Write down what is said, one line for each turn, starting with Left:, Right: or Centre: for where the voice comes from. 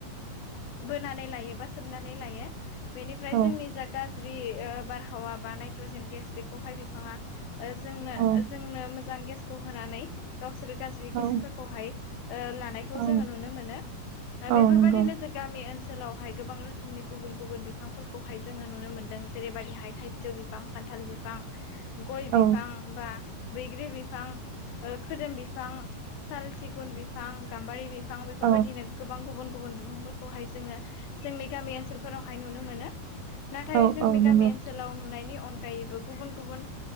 Left: बोनानै लायो बा सोमनानै लायो बेनिफ्राय
Right: औ
Left: जोंनि गाज्रि बारहावा बा नाइट्रजेन गेस बेखौहाय बिफाङा जोंनो
Right: औ
Left: जोंनो मोजां गेसखौ होनानै गावसोर गाज्रि
Right: औ
Left: गेसफोरखौहाय लानाय खौ
Right: औ
Left: जोङो नुनो मोनो दा
Right: औ
Left: बे
Right: नंगौ
Left: ज गामि ओनसोलावहाय गोबां रोखोमनि गुबुन गुबुन बिफांफोरखौहाय जोङो नुनो मोनदों जेरैबायदिहाय थाइ जौ बिफां खान्थाल बिफां गय
Right: औ
Left: बिफां बा बैग्रि बिफां खोदोम बिफां साल सिगुन बिफां गाम्बारि बिफां बेफोरबायदिनो
Right: औ
Left: गोबां गुबुन गुबुन बिफांफोरखौहाय जोङो जोंनि गामि ओनसोलफोरावहाय नुनो मोनो। नाथाय
Right: औ
Left: जोंनि
Right: औ
Left: गामि
Right: नंगौ
Left: ओनसोलाव नुनायनि अनगा अनगायैबो गुबुन गुबुन